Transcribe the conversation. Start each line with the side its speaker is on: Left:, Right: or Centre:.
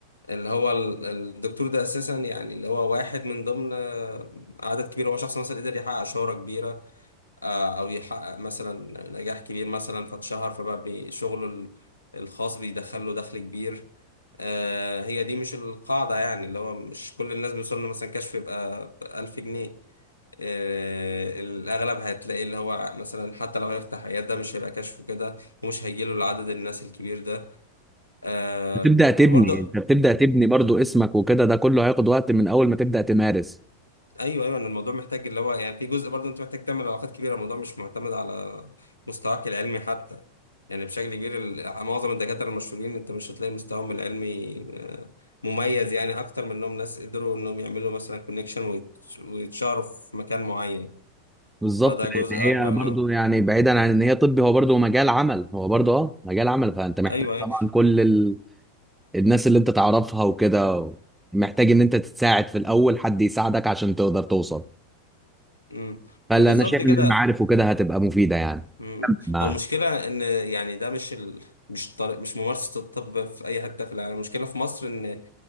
Left: اللي هو ال- الدكتور ده أساسا يعني اللي هو واحد من ضمن آه، عدد كبير هو شخص مثلا قدر يحقق شهرة كبيرة آه، او يحقق مثلا نجاح كبير مثلا فاتشهر فبقى بي- شغله ال- الخاص بيدخل له دخل كبير آه، هي دي مش القاعدة يعني اللي هو مش كل الناس بيوصل له مثلا كشف يبقى ألف جنيه آه، الأغلب هتلاقي اللي هو مثلا حتى لو هيفتح عيادة ده مش هيبقى كشفه كده ومش هيجيله العدد الناس الكبير ده آه،
Centre: بتبدا تبني
Left: وبرضه
Centre: انت بتبدا تبني برضو اسمك وكده ده كله هياخد وقت من اول ما تبدا تمارس
Left: ايوه ايوه ان الموضوع محتاج اللي هو يعني في جزء برضه انت محتاج تعمل علاقات كبيره الموضوع مش معتمد على مستواك العلمي حتى يعني بشكل كبير ال- معظم الدكاتره المشهورين انت مش هتلاقي مستواهم العلمي آه، مميز يعني اكتر من انهم ناس قدروا انهم يعملوا مثلا كونكشن ويتشهروا في مكان معين
Centre: بالظبط
Left: فده جزء
Centre: لان هي
Left: اكبر
Centre: برضو
Left: اه
Centre: يعني بعيدا عن ان هي طبي هو برضو مجال عمل هو برضو اه مجال عمل فانت محتاج
Left: ايوه ايوه
Centre: طبعا كل ال... الناس اللي انت تعرفها وكده محتاج ان انت تتساعد في الاول حد يساعدك عشان تقدر توصل
Left: امم
Centre: فلا
Left: وبالظبط
Centre: انا شايف
Left: كده
Centre: ان المعارف وكده هتبقى مفيده يعني
Left: امم
Centre: ما
Left: هو المشكله ان يعني ده مش ال... مش طريق... مش ممارسه الطب في اي حته في العالم المشكله في مصر ان